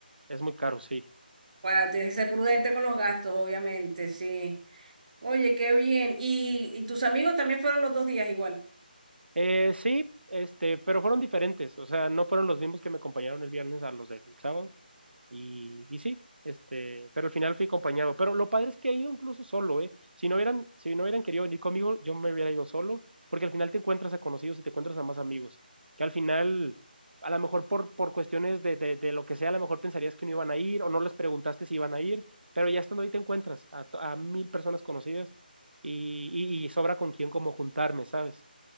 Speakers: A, on the right; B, on the right.
A: es muy caro, sí.
B: Bueno, tienes que ser prudente con los gastos, obviamente, sí. Oye, qué bien. ¿Y, y tus amigos también fueron los dos días igual?
A: Eh, sí, este, pero fueron diferentes, o sea, no fueron los mismos que me acompañaron el viernes a los del sábado. Y, y sí, este, pero al final fui acompañado. Pero lo padre es que he ido incluso solo, ¿eh? Si no hubieran, si no hubieran querido venir conmigo, yo me hubiera ido solo, porque al final te encuentras a conocidos y te encuentras a más amigos, que al final, a lo mejor por, por cuestiones de, de, de lo que sea, a lo mejor pensarías que no iban a ir o no les preguntaste si iban a ir, pero ya estando ahí te encuentras a, to- a mil personas conocidas y, y, y sobra con quién como juntarme, ¿sabes?